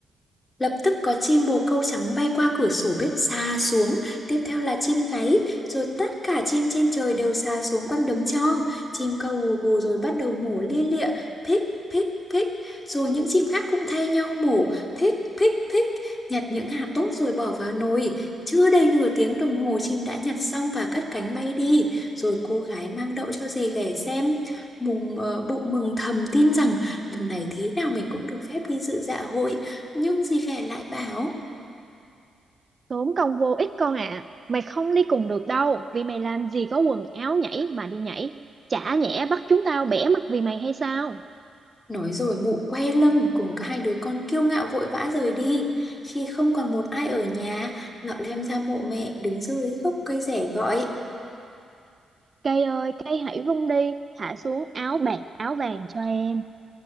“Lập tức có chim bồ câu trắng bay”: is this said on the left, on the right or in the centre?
Left